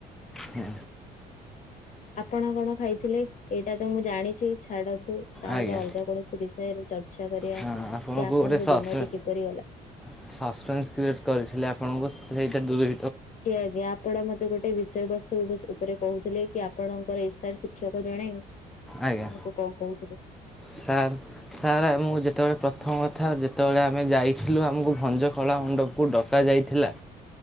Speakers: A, in the centre; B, on the left.
A: ହୁଁ
B: ଆପଣ କଣ ଖାଇଥିଲେ, ଏଇଟା ତ ମୁଁ ଜାଣିଛି ଛାଡନ୍ତୁ ତାହେଲେ
A: ଆଜ୍ଞା
B: ଅଲଗା କୌଣସି ବିଷୟରେ ଚର୍ଚ୍ଚା କରିବା
A: ହଁ
B: କି
A: ଆପଣଙ୍କୁ
B: ଆପଣଙ୍କ
A: ଗୋଟେ ସସ୍ପେ
B: ଦିନଟି କିପରି ଗଲା।
A: <unintelligible> କ୍ରିଏଟ୍ କରିଥିଲେ ଆପଣଙ୍କୁ ସେଇଟା ଦୂର
B: <unintelligible> ଆପଣ ମତେ ଗୋଟେ ବିଷୟ ବସ୍ତୁ ଉପରେ କହୁଥିଲେ କି ଆପଣଙ୍କର ଏସାର ଶିକ୍ଷକ ଜଣେ
A: ଆଜ୍ଞା
B: ଆପଣଙ୍କୁ କଣ କହୁଥିଲେ।
A: ସାର୍ ସାର୍ ଆମକୁ ଯେତେବେଳେ ପ୍ରଥମ କଥା ଯେତେବେଳେ ଆମେ ଯାଇଥିଲୁ ଆମକୁ ଭଞ୍ଜକଳା ମଣ୍ଡପକୁ ଡକାଯାଇ ଥିଲା